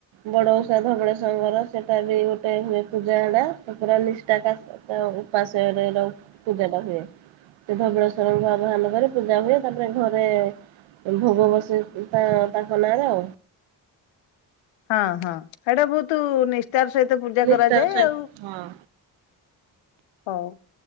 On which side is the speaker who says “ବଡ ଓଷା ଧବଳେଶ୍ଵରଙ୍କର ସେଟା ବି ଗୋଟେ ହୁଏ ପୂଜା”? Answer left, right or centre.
Right